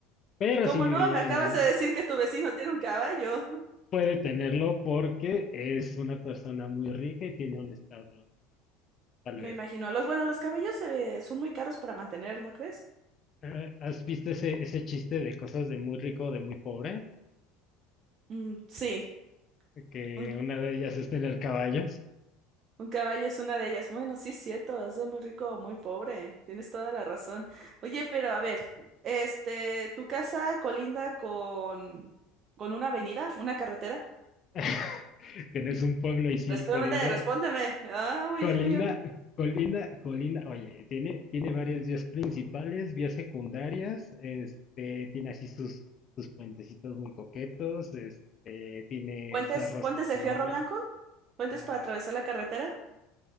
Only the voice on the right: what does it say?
¿Cómo
no?
Me acabas
de decir que tu vecino tiene un caballo.
Me
imagino. Los, bueno, los caballos eh, son muy caros para mantener, ¿no crees?
Mm, sí.
Mm,
Un caballo es una de ellas. Bueno, sí es cierto, es de muy rico o muy pobre. Tienes toda la razón. Oye, pero a ver, este, ¿tu casa colinda con, con una avenida, una carretera?
Respóndeme,
respóndeme. Ah, muy
bien, muy bien.
¿Puentes,
puentes
de fierro blanco? ¿Puentes
para atravesar la carretera?